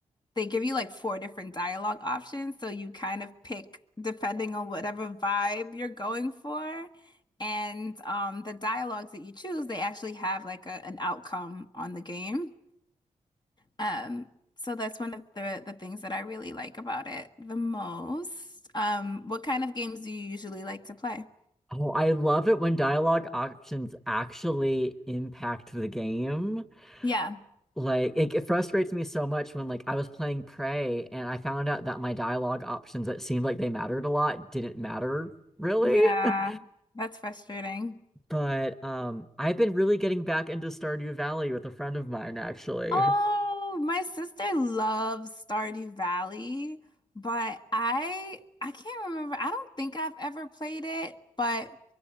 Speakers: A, on the left; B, in the centre.
A: they give you like four different dialogue options, so you kind of pick depending on whatever vibe you're going for. And um, the dialogues that you choose, they actually have like a, an outcome on the game. Um, so that's one of the the things that I really like about it the most. Um, what kind of games do you usually like to play?
B: Oh, I love it when dialogue options actually impact the game.
A: Yeah.
B: Like, it, it frustrates me so much when, like, I was playing Prey and I found out that my dialogue options that seemed like they mattered a lot didn't matter really.
A: Yeah.
B: <laughs>
A: That's frustrating.
B: But um, I've been really getting back into Stardew Valley with a friend of mine, actually.
A: Oh, my sister loves Stardew Valley, but I I can't remember. I don't think I've ever played it, but